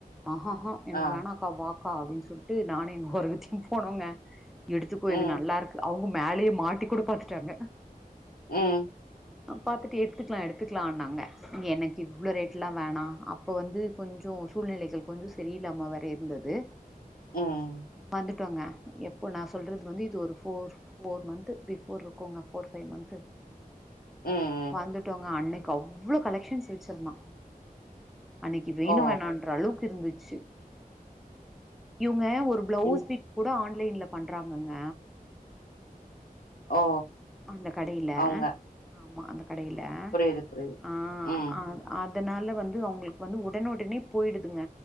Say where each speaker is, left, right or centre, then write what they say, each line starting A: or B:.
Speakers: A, in the centre; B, on the left.
A: ஆஹாஹா எனக்கு
B: ஆ.
A: வேணா க்கா வாக்கா அப்புடின்னு சொல்லிட்டு நானு எங்க ஒரவத்தியு போனோங்க எடுத்துக்கோ
B: ம்.
A: இது நல்லாருக் அவுங்க மேலையே மாட்டி கூட பாத்துட்டாங்க
B: ம்
A: பாத்துட்டு எடுத்துக்கலா எடுத்துக்கலான்னாங்க எனக்கு இவ்ளோ ரேட்லா வேணா அப் இப்ப வந்து கொஞ்சோ சூழ்நிலைகள் கொஞ்சோ சரியில்லாம வேற இருந்தது
B: ம்.
A: வந்துட்டோங்க எப்போ நா சொல்றது வந்து இது ஒரு ஃபோர் ஃபோர் மந்த் பிஃபோர் இருக்குங்க ஃபோர் ஃபைவ் மந்த்து
B: ம்.
A: வந்துட்டோங்க அன்னைக்கி அவ்ளோ கலெக்க்ஷன்ஸ் வச்சிருந்தா அன்னைக்கி வேணு
B: ஓ!
A: வேணான்ற அளவுக்கு இருந்துச்சு இவுங்க ஒரு பிளௌஸ்
B: ம்.
A: பீட் கூட ஆன்லைன்ல கூட பண்றாங்கங்க
B: ஓ
A: அந்த கடையில
B: அவங்க.
A: ஆமா அந்த கடையில
B: புரியுது, புரியுது.
A: ஆ
B: ம்.
A: அங் அதனால வந்து அவுங்களுக்கு வந்து ஒடனே ஒடனே போயிடுதுங்க